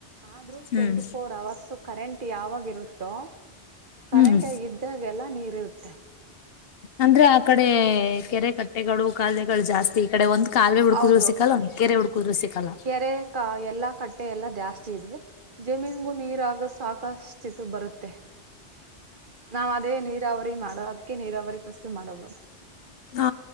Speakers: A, on the right; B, on the left.
A: ಆದ್ರೂ
B: ಹ್ಮ್
A: ಟ್ವೆಂಟಿ ಫೋರ್ ಅವರ್ಸ್ ಕರೆಂಟ್ ಯಾವಾಗ ಇರುತ್ತೋ ಕರೆಂಟ್
B: ಹ್ಮ್
A: ಆಗ ಇದ್ದಾಗೆಲ್ಲ ನೀರ್ ಇರುತ್ತೆ
B: ಅಂದ್ರೆ ಆ ಕಡೆ ಕೆರೆ ಕಟ್ಟೆಗಳು ಕಖಾಲಲೆಗಳು ಜಾಸ್ತಿ ಈ ಕಡೆ ಒಂದು ಕಾಲುವೆ ಹುಡ್ಕುದ್ರು
A: ಹೌದು
B: ಸಿಕ್ಕಲ್ಲ ಅಂಕೇರೆ ಹುಡ್ಕುದ್ರು ಸಿಕ್ಕಲ್ಲ
A: ಕೆರೆ ಕ ಎಲ್ಲಾ ಕಟ್ಟೆ ಎಲ್ಲಾ ಜಾಸ್ತಿ ಜಮೀನ್ಗೂ ನೀರಾಗ ಸಾಕಷ್ಟ್ಿತು ಬರುತ್ತೆ ನಾವ ಅದೇ ನೀರಾವರಿ ಮಾಡೋ ಅದಕ್ಕೆ ನೀರಾವರಿ ಕಸಲು ಮಾಡೋದು
B: ಹಾ